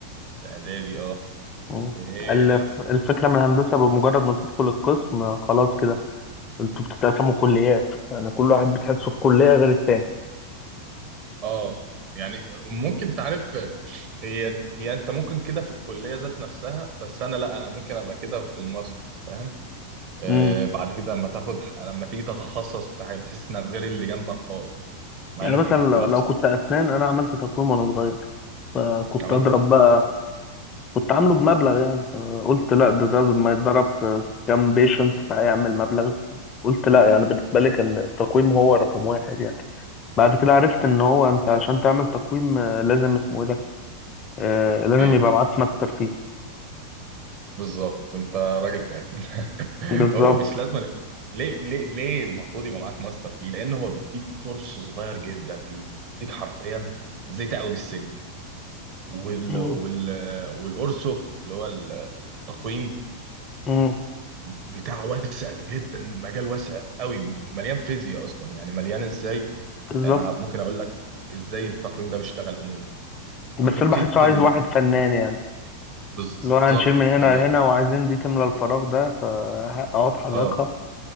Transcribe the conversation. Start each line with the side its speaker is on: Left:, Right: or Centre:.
Right: في إعدادي آه
Left: مم.
Right: إيه
Left: ال- الفكرة من الهندسة بمجرد ما تدخل القسم خلاص كده انتوا بتتقسموا كليات يعني كل واحد بتحسه في كلية غير التاني
Right: آه يعني ممكن تعرف هي هي أنت ممكن كده في الكلية ذات نفسها بس أنا لا أنا ممكن أبقى كده في الماستر فاهم آه،
Left: مم.
Right: بعد كده لما تاخد لما تيجي تتخصص في حاجه بتحس انك غير اللي جنبك خالص مع
Left: يعني
Right: انكم
Left: مثلا لو
Right: كنتوا نفس
Left: لو كنت اسنان انا عملت تقويم وانا صغير فكنت
Right: عملت
Left: اضرب بقى كنت عامله بمبلغ يعني فقلت لا ده ده لما يتضرب في كام بيشنت فهيعمل مبلغ قلت لا يعني بالنسبة لي كان التقويم هو رقم واحد يعني بعد كده عرفت ان هو انت عشان تعمل تقويم آه، لازم اسمه ايه ده آه، لازم
Right: ايه
Left: يبقى معاك ماستر فيه
Right: بالظبط انت راجل فاهم <laughs>
Left: بالظبط
Right: هو مش لازم يبقى- ليه ليه ليه المفروض يبقى معاك ماستر فيه لان هو بيديك كورس صغير جدا فيه بيديك حرفيا ازاي تعوج السلم وال
Left: مم.
Right: وال والاورسو اللي هو التقويم
Left: مم.
Right: بتاعه واسع جدا مجال واسع قوي مليان فيزياء اصلا يعني مليان ازاي
Left: بالظبط
Right: يعني انا ممكن اقول لك ازاي التقويم ده بيشتغل عموما
Left: بس
Right: انت بتدي
Left: اللي بحسه عايز
Right: لل...
Left: واحد فنان يعني
Right: بالظبط
Left: اللي هو هنشيل من هنا
Right: هي
Left: لهنا وعايزين دي تملى الفراغ ده فاقعد حركها
Right: اه